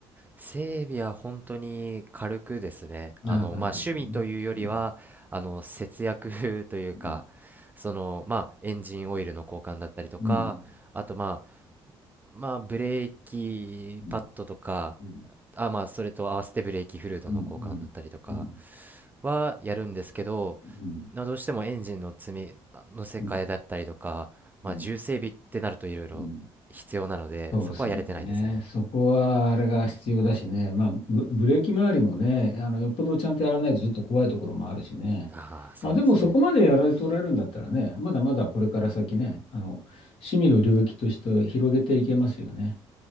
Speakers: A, on the right; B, on the left.
A: 整備は本当に軽くですね。
B: な軽くですね。
A: あの、まあ、趣味というよりは、
B: うん
A: あの、節約 <laughs> というか、
B: うん
A: その、まあ、エンジンオイルの交換だったりとか、
B: うん
A: あと、まあ、まあ、ブレーキパッドとか、
B: うんうん
A: あ、まあ、それと合わせてブレーキフルードの交換だったりとか
B: うんうんうんうん
A: はやるんですけど、
B: う
A: まあ、どうしてもエンジンの積み乗せ替えだったりとか、
B: ん
A: まあ、
B: うん
A: 重整備ってなるといろいろ必要なので、
B: うん。そうですよね。
A: そこはやれてないですね。
B: そこはあれが必要だしね、まあ、ブ、ブレーキ周りもね、あのよっぽどちゃんとやらないとちょっと怖いところもあるしね、
A: ああ、そうですね。
B: まあ、でもそこまでやられておられるんだったらね、まだまだこれから先ね、あの趣味の領域として広げていけますよね。